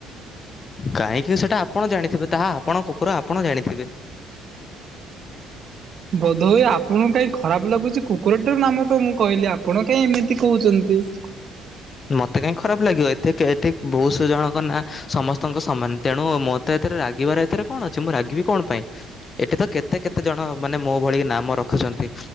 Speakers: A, on the left; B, on the right.
A: କାହିଁକି ସେଟା ଆପଣ ଜାଣିଥିବେ ତାହା ଆପଣ କୁକୁର ଆପଣ ଜାଣିଥିବେ।
B: ବୋଧ ହୋଇ ଆପଣଙ୍କୁ କାଇଁ ଖରାପ୍ ଲାଗୁଚି କୁକୁରଟିର ନାମତ ମୁଁ କହିଲି ଆପଣ କାଇଁ ଏମିତି କହୁଚନ୍ତି? <inaudible>
A: ମତେ କାହିଁ ଖରାପ୍ ଲାଗିବ ଏତେ ଏଠି ବହୁଶ ଜଣଙ୍କ ନା ସମସ୍ତଙ୍କ ସମାନ ତେଣୁ ମୋରତ ଏଥିରେ ରାଗିବାର ଏଥିରେ କଣ ଅଛି ମୁଁ ରାଗିବି କଣ ପାଇଁ? ଏଠିତ କେତେ କେତେ ଜଣ ମାନେ ମୋଭଳି ନାମ ରଖୁଚନ୍ତି।